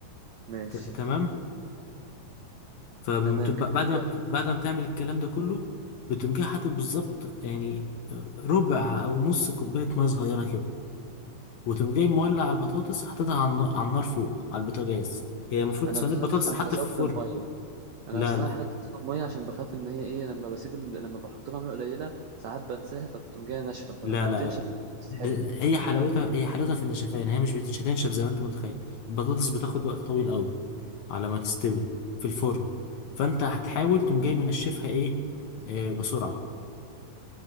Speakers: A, on the right; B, on the left.
A: ماشي
B: ت... تمام فبعد
A: تمام كمل لي
B: ما
A: يلا
B: بت... بعد ما بتعمل الكلام ده كله بتقوم جاي حاطط بالظبط يعني ربع او نص كوبايه ميه صغيره كده وتقوم جاي مولع على البطاطس حاططها على النار على النار فوق على البوتاجاز هي المفروض
A: انا
B: صينيه
A: بخاف
B: بطاطس
A: انا
B: تتحط
A: بزود
B: في الفرن
A: المية انا
B: لا
A: اصلا
B: لا
A: الحاجات دي بزود المية عشان بخاف ان هي ايه لما بسيب ال... لما بحط لها مية قليلة ساعات بنساها فبتقوم جاية ناشفة فلما
B: لا لا
A: بتنشف
B: لا
A: بتتحرق
B: ده هي حلاوتها
A: فاهم
B: هي حلاوتها في النشفان هي مش بتش- هتنشف زي ما انت متخيل البطاطس بتاخد وقت طويل قوي على ما تستوي في الفرن فانت هتحاول تقوم جاي منشفها ايه آه بسرعه